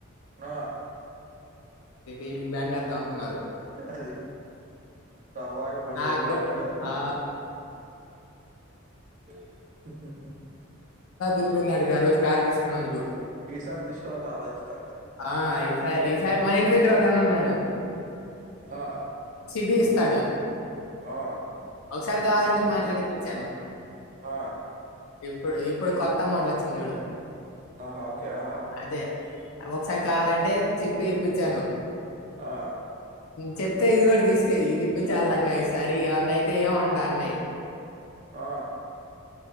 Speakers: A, on the right; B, on the left.
A: ఆ
B: ఇడికి బ్యాండెధాం అను కున్నారు
A: అది. సరదాగా పడేది
B: అడీకూడా
A: గట్టిగా.
B: ఆ
A: హు హు
B: ఇరిగి పోయింది అడు ఆ రోజు కార్ తీసు అందుకు
A: ఈసారి తీసుకోవాలంటే ఆలోచిస్తానులే.
B: ఆ ఈ ఈస మన ఇంటి దగ్గర ఒకన్న ఉన్నాడు
A: ఆ
B: ఇడీస్తాడు
A: ఆ!
B: ఒకసారి కావాలంటే మాట్లాడి ఇపిచ్చాను
A: ఆ!
B: ఇప్పుడు ఇప్పుడు కొత్త మోడలు వచ్చింది చూడు
A: ఓహో ఓకే ఆ
B: అదే ఒకసారి కావాలంటే చెప్పి ఇప్పిచాను
A: ఆ
B: చెప్తే ఇది కూడా తీసుక ఇది ఇపిచ్చ చల్లంగా ఈసారి అవన్నయితే ఏ ఉండ అన్నయయి
A: ఆ